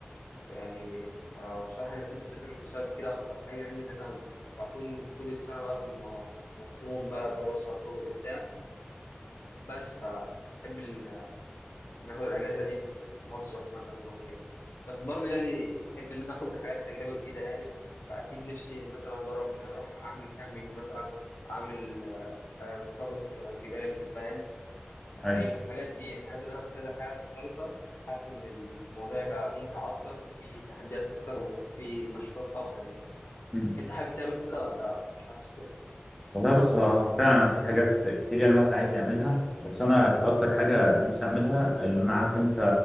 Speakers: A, on the left (about 80°); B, in the centre.
A: يعني فبصراحة أنا بحب أسافر بسبب كده أكتر حاجة يعني إن أنا بكون طول السنة بقى م- مطحون بقى دراسة شغل بتاع بس فبحب ال- ناخد الأجازة دي في مصيف مثلا أو كده بس برضه يعني أحب إن أنا آخد حاجات تجربة جديدة يعني فأكيد نفسي مثلا أجرب إن أنا أروح أعمل كامبينج مثلا أعمل آه، تسلق آه، جبال فاهم اخيم
B: ايوه
A: والحاجات دي يعني عايز اجرب كذا حاجه مختلفه حاسس ان الموضوع يبقى ممتع اكتر وفيه تحديات اكتر ويبقى فيه نشاطات اكتر يعني
B: مم.
A: انت حابب تعمل كده ولا مش حاسس كده
B: والله بص هو فعلا في حاجات كتير يعني الواحد عايز يعملها بس انا كانت اكتر حاجه نفسي اعملها اللي انا عارف انت